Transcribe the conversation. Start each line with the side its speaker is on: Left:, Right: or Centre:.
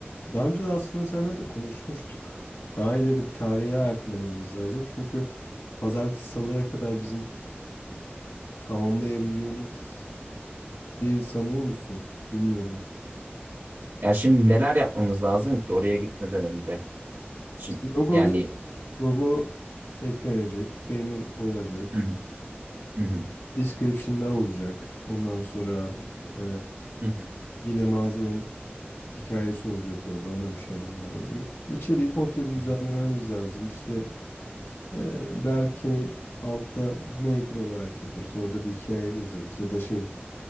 Left: daha önce de aslında seninle de konuşmuştuk. Daha ileri bir tarihe ertelememiz lazım. Çünkü pazartesi salıya kadar bizim tamamlayabileceğimizi sanıyor musun? Bilmiyorum.
Right: Yani şimdi neler yapmamız lazım ki oraya gitmeden önce? Şimdi
Left: İşte logo,
Right: yani
Left: gel- logo eklenecek. Banner olacak.
Right: hı hı, hı hı,
Left: Description'lar olacak. Ondan sonra e,
Right: hı hı,
Left: yine mağazanın hikayesi olacak orada. Ona bir şeyler lazım. İçeriği komple düzenlememiz
Right: hı hı.
Left: lazım. İşte e, belki altta maker olarak yaparız. Orada bir hikaye yazarız. Ya da şey